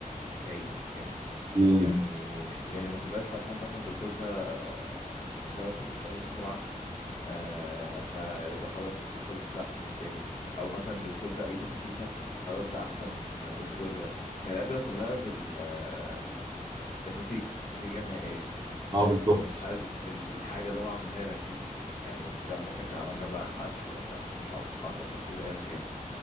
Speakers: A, on the left; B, on the right.
A: تعيش فاهمني
B: امم
A: يعني يعني ما تبقاش فرحان مثلا الدكتور ده ده مثلا بيخلص بسرعة آه فيبقى خلاص الدكتور ده احسن من التاني او مثلا الدكتور ده ايده خفيفة خلاص ده احسن من الدكتور ده هي العبرة كلها بال آه، بالنتيجة النتيجة النهائية من
B: اه
A: الاخر
B: بالظبط
A: هل ال- الحاجة اللي هو عملها لك دي يعني سواء مثلا كان عمل لك بقى حشو حشو عصب تركيب ايا كان